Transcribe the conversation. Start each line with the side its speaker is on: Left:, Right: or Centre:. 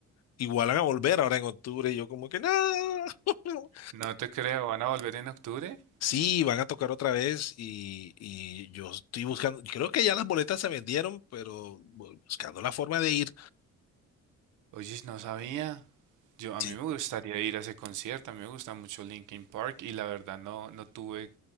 Left: Igual van a volver ahora en octubre. Y yo como que no. <laughs>
Right: No te creo, ¿van a volver en octubre?
Left: Sí, van a tocar otra vez y, y yo estoy buscando, creo que ya las boletas se vendieron, pero bu- buscando la forma de ir.
Right: Oye, no sabía. Yo, a
Left: Sí.
Right: mí me gustaría ir a ese concierto, a mí me gusta mucho Linkin Park y la verdad no, no tuve,